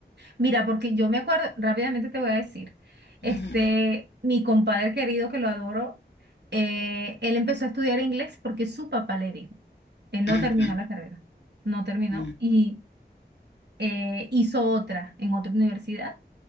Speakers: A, on the right (about 70°); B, on the left (about 85°).
A: Mira, porque yo me acuerdo, rápidamente te voy a decir, este,
B: Ujú,
A: mi compadre querido que lo adoro, eh, él empezó a estudiar inglés porque su papá le dijo, él no
B: ujú,
A: terminó la carrera, no terminó
B: ujú.
A: y eh, hizo otra en otra universidad